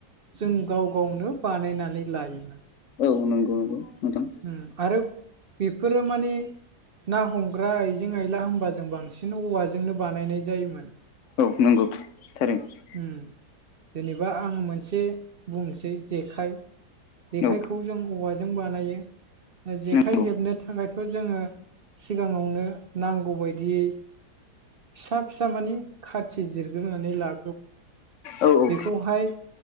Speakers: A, on the right; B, on the left.
A: जों गाव गावनो बानायनानै लायोमोन
B: औ नंगौ नंगौ नोंथां
A: उम आरो बेफोरो माने ना हमग्रा आयजें आइला होनबा जों बांसिन औवाजोंनो बानायनाय जायोमोन
B: औ नंगौ थारैनो
A: उम जेनेबा आं मोनसे बुंनोसै जेखाइ जेखाइखौ
B: औ
A: जों औवाजों बानायो जेखाइ
B: नंगौ
A: हेबनो थाखायथ' जोङो सिगाङावनो नांगौबायायदियै फिसा-फिसा मानि खाथि जिरग्रोनानै ला
B: औ औ
A: बेखौहाय